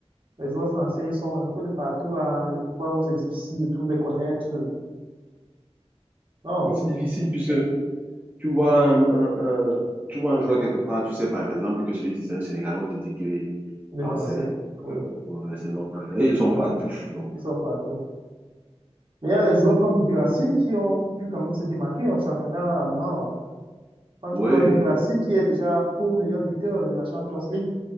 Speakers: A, on the right (about 50°); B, on the right (about 15°).
A: les joueurs français, ils sont un peu de partout là. Des fois, même, c'est difficile de tous les connaître. Non,
B: Non, c'est difficile puisque tu vois un, un- un- tu vois un joueur quelque part, tu sais par exemple que celui-ci c'est un Sénégalais, on te dit qu'il est
A: les
B: français.
A: Français, oui.
B: Que, ouais, c'est normal. Et ils sont
A: oui.
B: partout. Donc,
A: Ils sont partout. Mais il y a des joueurs comme Guirassy qui ont pu quand même se démarquer en championnat allemand. hein. Quand
B: oui.
A: tu vois Guirassy qui est déjà co-meilleur buteur de la Champions League,